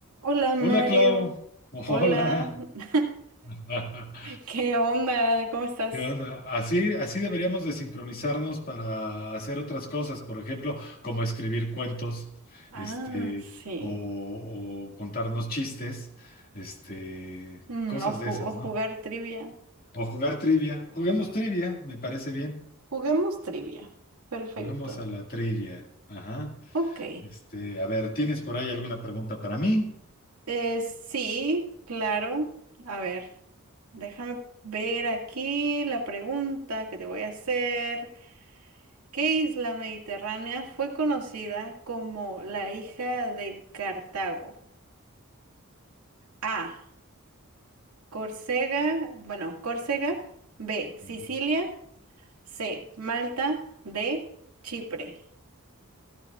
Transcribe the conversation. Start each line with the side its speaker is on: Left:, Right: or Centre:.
Right: Hola Mario,
Left: Hola, Clau. Hola.
Right: hola. <laughs>
Left: <laughs>
Right: ¿Qué onda? ¿Cómo estás?
Left: ¿Qué onda? Así, así deberíamos de sincronizarnos para hacer otras cosas, por ejemplo, como escribir cuentos,
Right: Ah,
Left: este,
Right: sí.
Left: o, o contarnos chistes, este,
Right: Mm,
Left: cosas
Right: o, ju-
Left: de esas,
Right: o jugar
Left: ¿no?
Right: trivia.
Left: O jugar trivia. Juguemos trivia, me parece bien.
Right: Juguemos trivia. Perfecto.
Left: Juguemos a la trivia. Ajá.
Right: Ok.
Left: Este, a ver, ¿tienes por ahí alguna pregunta para mí?
Right: Eh, sí, claro. A ver, déjame ver aquí la pregunta que te voy a hacer. ¿Qué isla mediterránea fue conocida como la hija de Cartago? A. Córcega, bueno, Córcega, B, Sicilia,
Left: Ujú.
Right: C, Malta, D, Chipre.